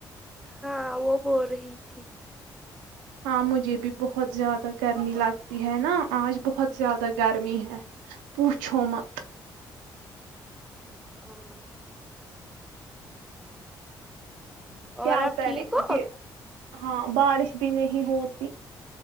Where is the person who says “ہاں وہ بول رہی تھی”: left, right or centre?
Centre